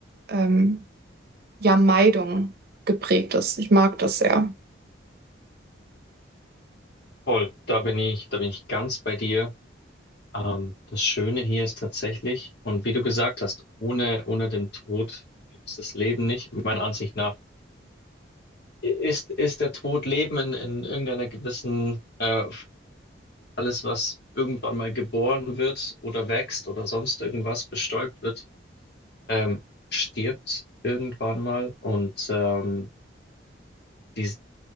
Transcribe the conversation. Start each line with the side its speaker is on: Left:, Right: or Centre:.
Right: ähm, ja, Meidung geprägt ist. Ich mag das sehr.
Left: Voll, da bin ich, da bin ich ganz bei dir. Ähm, das Schöne hier ist tatsächlich, und wie du gesagt hast, ohne, ohne den Tod gibt es das Leben nicht. Meiner Ansicht nach i- ist, ist der Tod Leben in, in irgendeiner gewissen äh, alles, was irgendwann mal geboren wird oder wächst oder sonst irgendwas bestäubt wird, ähm, stirbt irgendwann mal. Und ähm, dies,